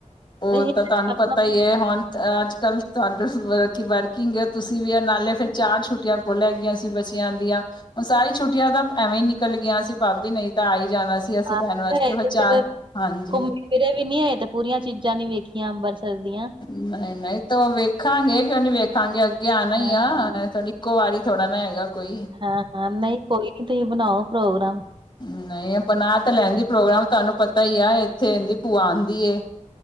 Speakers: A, on the left; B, on the right.
A: ਉਹ
B: ਤੇ
A: ਤਾਂ ਤੁਹਾਨੂੰ
B: ਆਪਣਾ
A: ਪਤਾ ਹੀ ਹੈ ਹੁਣ ਅੱਜ-ਕੱਲ ਤੁਹਾਡੇ ਨਾਲ ਵਰਕਿੰਗ ਆ ਤੁਸੀਂ ਵੀ ਨਾਲੇ ਫਿਰ ਚਾਰ ਛੁੱਟੀਆਂ ਬੋਲਿਆ ਗਿਆ ਸੀ ਬੱਚਿਆਂ ਦੀਆਂ ਹੁਣ ਸਾਰੀ ਛੁਟੀਆਂ ਤਾਂ ਐਵੇਂ ਹੀ ਨਿਕਲ ਗਈਆ ਸੀ ਭਾਬੀ ਨਹੀ ਤਾਂ ਆ ਹੀ ਜਾਣਾ ਸੀ।
B: ਮੁਕਾ
A: ਅਸੀਂ ਰਹਿਣ ਵਾਸਤੇ
B: ਕੇ ਆਏ
A: ਹੁਣ ਮੈਂ
B: ਤੇ
A: ਚਾਰ
B: ਫਿਰ
A: ਹਾਂਜੀ।
B: ਘੁੰਮੇ ਫਿਰੇ ਵੀ ਨੀ ਹੋਏ ਤੇ ਪੂਰੀਆਂ ਚੀਜ਼ਾਂ ਨੀ ਵੇਖੀਆਂ ਅੰਬਰਸਰ ਦੀਆਂ
A: ਨਹੀਂ ਨਹੀਂ ਤੋ ਵੇਖਾਂਗੇ ਕਿਉਂ ਨੀ ਵੇਖਾਂਗੇ ਅੱਗੇ ਆਣਾ ਹੀ
B: ਹਾਂ
A: ਆ
B: ਹਾਂ
A: ਤੁਹਾਡੀ ਇੱਕ ਵਾਰੀ ਥੋੜਾ ਨਾ ਹੈਗਾ- ਕੋਈ
B: ਹਾਂ ਹਾਂ ਨਹੀਂ ਕੋਈ ਨੀ ਤੁਸੀਂ ਬਣਾਓ ਪ੍ਰੋਗਰਾਮ।
A: ਨਹੀਂ ਬਣਾ ਤਾਂ ਲੈਂਦੀ ਪ੍ਰੋਗਰਾਮ ਤੁਹਾਨੂੰ ਪਤਾ ਹੀ ਆ, ਇੱਥੇ ਇਹਦੀ ਭੂਆ ਆਂਦੀ ਏ।